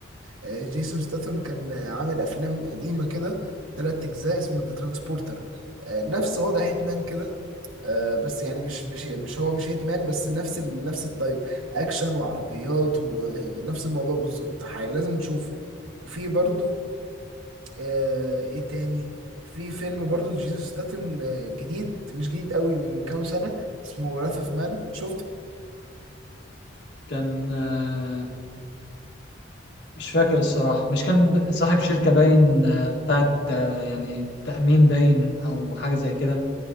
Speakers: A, on the right; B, on the left.
A: آه، جيسون ستاثام كان آه، عامل افلام قديمه كده ثلاث اجزاء اسمه ذا ترانسبورتر نفس وضع هيتمان كده آه، بس يعني مش مش مش هو مش هيتمان بس نفس ال... نفس الطيب اكشن وعربيات ونفس الموضوع بالظبط حي- لازم تشوفه وفي برضو آه ايه تاني في فيلم برضو لجيسون ستاتن آه، جديد مش جديد قوي من كام سنة اسمه راث اوف مان شفت
B: كان آه مش فاكر الصراحه مش كان ب- صاحب شركه باين آه بتاعت آه يعني تامين باين او حاجه زي كده